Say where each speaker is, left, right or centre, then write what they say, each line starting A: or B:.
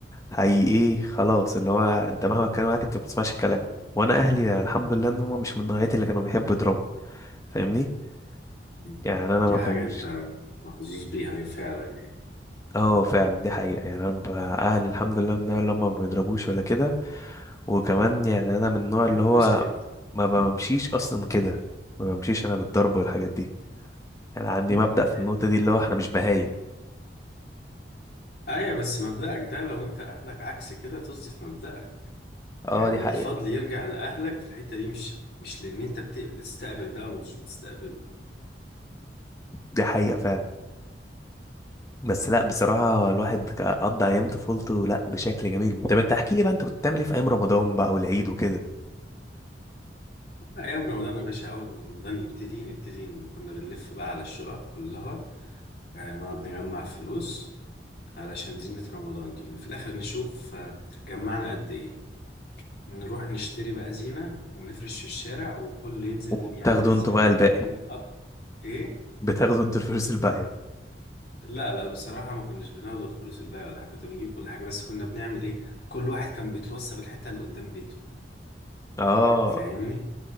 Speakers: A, on the left (about 20°); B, on the left (about 60°).
A: حقيقي خلاص اللي هو انت مهما اتكلم معاك انت ما بتسمعش الكلام وانا اهلي يعني الحمد لله ان هم مش من نوعيه اللي كانوا بيحبوا يضربوا فاهمني
B: مم.
A: يعني انا
B: دي
A: ما كانش
B: حاجه انت محظوظ بيها فعلا يعني
A: اه فعلا دي حقيقه يعني انا ب- اهلي الحمد لله من النوع اللي هم ما بيضربوش ولا كده وكمان يعني انا من النوع
B: دي حاجه
A: اللي هو
B: كويسه جدا
A: ما بمشيش اصلا كده ما بمشيش انا بالضرب والحاجات
B: مم.
A: دي يعني عندي مبدأ في
B: ايوه
A: النقطه دي اللي هو احنا مش بهايم
B: ايوه بس مبدأك ده لو انت اهلك عكس كده طز في مبدأك
A: اه
B: يعني
A: دي حقيقه
B: الفضل يرجع لاهلك في الحته دي مش مش لان انت بت- بتستقبل ده ومش بتستقبله
A: دي حقيقه فعلا بس لا بصراحة الواحد ك- قضى أيام طفولته لا بشكل جميل طب أنت احكي لي بقى أنت كنت بتعمل إيه في أيام رمضان بقى والعيد وكده
B: ايام رمضان يا باشا اول ما رمضان يبتدي نبتدي ن- كنا بنلف بقى على الشقق كلها آه، نقعد نجمع فلوس علشان زينة رمضان دي وفي الآخر نشوف آه، جمعنا قد إيه نروح نشتري بقى زينة ونفرش في الشارع وكل ينزل
A: وبتاخدوا
B: يعمل الزينة
A: انتوا بقى الباقي
B: من أك- إيه؟
A: بتاخدوا أنتوا الفلوس الباقية
B: لا لا بصراحة ما كناش بناخد الفلوس الباقية ولا حاجة كنا بنجيب كل حاجة بس كنا بنعمل إيه؟ كل واحد كان بيتوصى بالحتة اللي قدام بيته
A: أه
B: يعني فاهمني؟